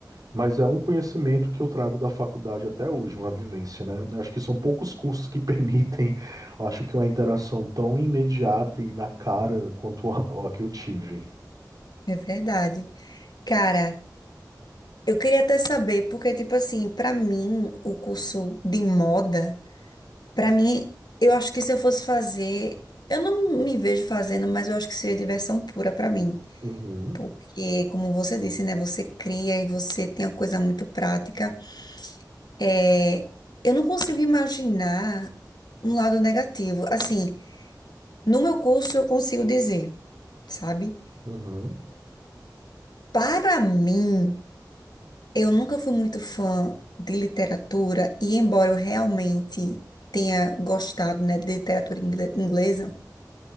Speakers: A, on the right; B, on the left.
A: Mas é um conhecimento que eu trago da faculdade até hoje, uma vivência, né? Eu Acho que são poucos cursos que <laughs> permitem, eu acho que uma interação tão imediata e na cara quanto a, a que eu tive.
B: é verdade. Cara, eu queria até saber, porque, tipo assim, pra mim, o curso de moda, pra mim, eu acho que se eu fosse fazer, eu não me vejo fazendo, mas eu acho que seria diversão pura pra mim.
A: Uhum,
B: Porque, como você disse, né, você cria e você tem uma coisa muito prática. É, eu não consigo imaginar um lado negativo. Assim, no meu curso eu consigo dizer, sabe?
A: uhum,
B: Para mim, eu nunca fui muito fã de literatura e embora eu realmente tenha gostado, né, de literatura ingle- inglesa,